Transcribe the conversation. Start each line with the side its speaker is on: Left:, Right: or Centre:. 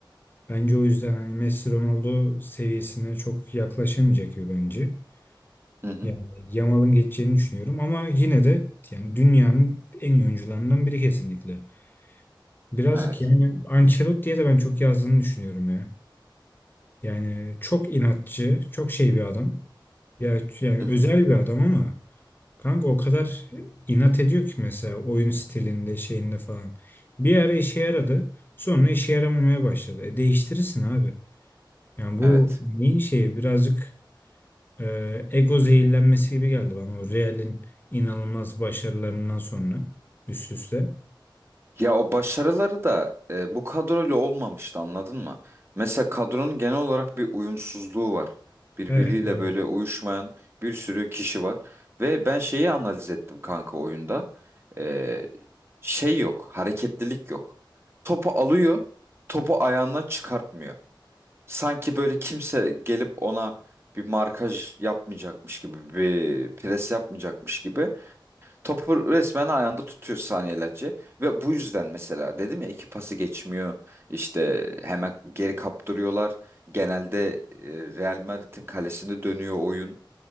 Left: Bence o yüzden hani Messi Ronaldo seviyesine çok yaklaşamayacak gibi bence.
Right: Hı hı.
Left: Yani Yamal'ın geçeceğini düşünüyorum ama yine de yani dünyanın en iyi oyuncularından biri kesinlikle. Birazcık
Right: Evet.
Left: yani Ancelotti'ye de ben çok yazdığını düşünüyorum ya. Yani çok inatçı, çok şey bir adam. Ya yani
Right: Hı hı.
Left: özel bir adam ama kanka o kadar inat ediyor ki mesela oyun stilinde, şeyinde falan. Bir ara işe yaradı, sonra işe yaramamaya başladı. E değiştirirsin abi. Yani bu
Right: Evet.
Left: neyin şeyi birazcık Ee, ego zehirlenmesi gibi geldi bana o Real'in inanılmaz başarılarından sonra üst üste.
Right: Ya o başarıları da e, bu kadroyla olmamıştı anladın mı? Mesela kadronun genel olarak bir uyumsuzluğu var. Birbiriyle
Left: Evet doğru.
Right: böyle uyuşmayan bir sürü kişi var. Ve ben şeyi analiz ettim kanka oyunda. E, şey yok, hareketlilik yok. Topu alıyor, topu ayağından çıkartmıyor. Sanki böyle kimse gelip ona bir markaj yapmayacakmış gibi, bir pres yapmayacakmış gibi topu resmen ayağında tutuyor saniyelerce. Ve bu yüzden mesela dedim ya iki pası geçmiyor, işte hemen geri kaptırıyorlar. Genelde e, Real Madrid'in kalesinde dönüyor oyun.